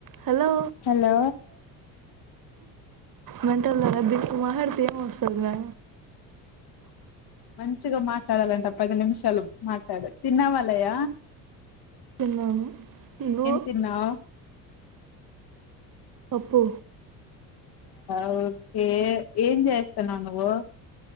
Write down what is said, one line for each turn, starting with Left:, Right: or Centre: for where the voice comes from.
Right: Hello
Left: hello
Right: మంటల్ <unintelligible> వస్తున్నా
Left: మంచిగా మాస్ మాట్లాడాలంట పది నిమిషాలు మాట్లాడు తిన్నావాలయ
Right: తిన్నాను నువ్వు
Left: తిన్నావు
Right: చెప్పు
Left: ఓకే ఏం చేస్తానా నువు